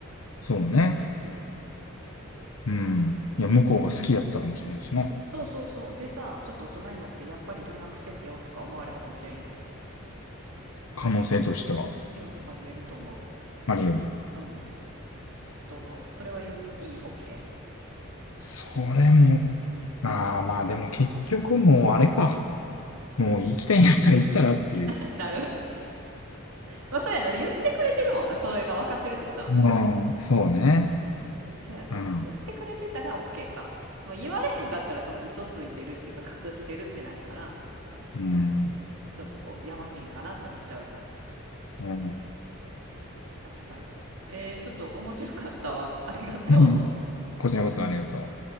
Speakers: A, on the left; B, on the right.
A: そうね。
B: ん。うん。
A: うん。いや、向こうが好きやったかもしれんしな。
B: そうそうそう。でさ、ちょっと大人になってやっぱり連絡してみようとか思われたかもしれんやん。
A: 可能性としては、
B: うん。ありえると思
A: あり得る。
B: う。うん。どう思うそれはゆず、いい、OK?
A: それも、ああ、まあでも結局もうあれか。もう行きたいんやったら行ったらっていう。
B: <laughs> なるまあそうやな。言ってくれてるもんな。それが分かってるってことは。
A: うん。そうね。
B: うん。そうやな。
A: うん。
B: 言ってくれてたら OK か。まあ、言われへんかったらその嘘ついてるっていうか隠してるってなるから、
A: うん。
B: ちょっとこうやましいんかなって思っちゃうよな。
A: う
B: 確かに。えー、ちょっと面白かったわ。ありがとう。
A: ん。こちらこそありがとう。